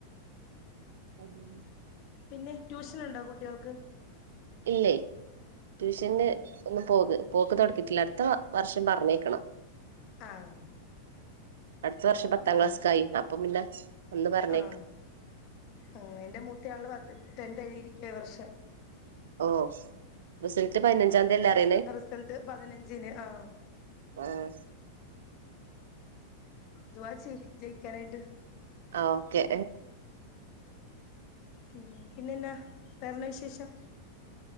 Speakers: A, on the right; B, on the left.
A: <unintelligible>
B: പിന്നെ ട്യൂഷന്ണ്ടോ കുട്ടികൾക്ക്?
A: ഇല്ലേ. ട്യൂഷന്ന്
B: ഉം
A: ഒന്നും പോക് പോക്ക് തൊട്ക്കീട്ടില്ല. അടുത്ത വർഷം പറഞ്ഞയ്ക്കണം.
B: ആഹ്.
A: അടുത്ത വർഷം പത്താം
B: ആഹ്
A: ക്ലാസ്സ്ക്കായി. അപ്പം പിന്നെ ഒന്ന് പറഞ്ഞയ്ക്
B: ആഹ് ഉം എന്റെ മൂത്തയാള് പത്ത്, ടെൻത്ത് എഴുതിയിരിക്ക്യാ ഈ വർഷം.
A: ഓഹ് റിസൽറ്റ് പതിനഞ്ചാംതി അല്ലേ അറിണേ.
B: റിസൽട്ട് പതിനഞ്ചിന്. ആഹ്.
A: ഏഹ്.
B: ദുആ ചെയ് ജയിക്കാനായിട്ട്.
A: ആഹ് ഓക്കെ.
B: ഉം പിന്നെന്നാ വേറെന്താ വിശേഷം?